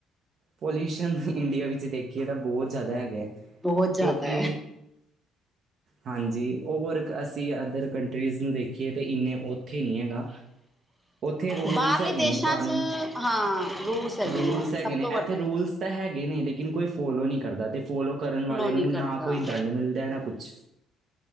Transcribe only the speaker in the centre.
ਬਹੁਤ ਜ਼ਿਆਦਾ
ਹੈ।
ਬਾਹਰਲੇ
ਦੇਸ਼ਾਂ
ਚ ਹਾਂ ਰੂਲਸ ਹੈਗੇ
ਨੇ ਉੱਥੇ
ਸਭ
ਤੋਂ ਵੱਡਾ
ਏ।
ਨੀ ਕਰਦਾ